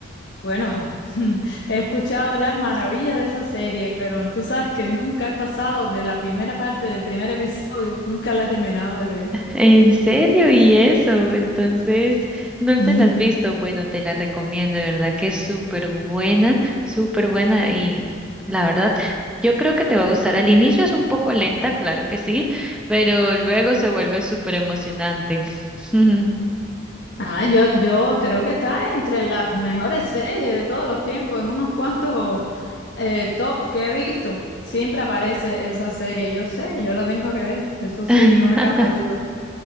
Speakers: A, on the left; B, in the centre.
A: Bueno, <laughs> he escuchado hablar maravillas de esa serie, pero tú sabes que nunca he pasado de la primera parte del primer episodio, nunca la he terminado de ver.
B: En serio, y eso, entonces no
A: <laughs>
B: te la has visto. Bueno, te la recomiendo, de verdad que es súper buena, súper buena. Y la verdad, yo creo que te va a gustar. Al inicio es un poco lenta, claro que sí, pero luego se vuelve súper emocionante. <laughs>
A: Ah, yo, yo creo que está entre las mejores series de todos los tiempos, en unos cuantos eh, top que he visto. Siempre aparece esa serie, yo sé, yo la tengo que ver, eso sí,
B: <laughs>
A: no me cabe duda.